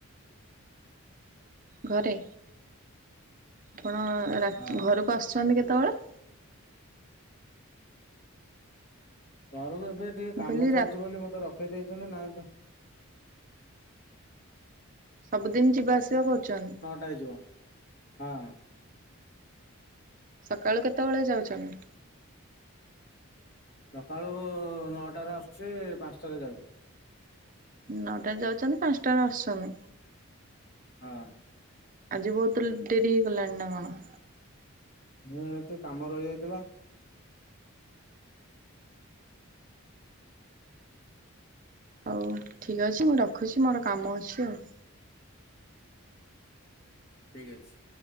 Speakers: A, on the right; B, on the left.
A: ଘରେ ଆପଣ ରାତ୍
B: ହଁ
A: ଘରକୁ ଆସୁଛନ୍ତି କେତେବେଳେ?
B: ଘରକୁ ଏବେ ଟିକେ
A: ମୁଁ
B: କାମ
A: କହିଲି
B: ଚାଲିଛି
A: ରା
B: ବୋଲି ମତେ ରଖେଇ ଦେଇଛନ୍ତି ନାଇଁ ତ
A: ସବୁଦିନ ଯିବା ଆସିବା କରୁଛନ୍?
B: ପାଇଯିବ ହଁ।
A: ସକାଳୁ କେତେବେଳେ ଯାଉଚନ୍ତି?
B: ସକାଳୁ ନଅଟାରେ ଆସୁଛି ପାଞ୍ଚଟାରେ ଯାଉଚି।
A: ନଅଟାରେ ଯାଉଛନ୍ତି ପାଞ୍ଚଟା ଆସୁଛନ୍ତି।
B: ହଁ।
A: ଆଜି ବୋହୁତ୍ ଲେ ଡେରି ହେଇ ଗଲାଣି ନା କଣ?
B: ହୁଁ ଟିକେ କାମ ରହିଆଇଥିଲା।
A: ହଉ ଠିକ୍ ଅଛି ମୁଁ ରଖୁଛି ମୋର କାମ ଅଛି ଆଉ।
B: ଠିକ୍ ଅଛି।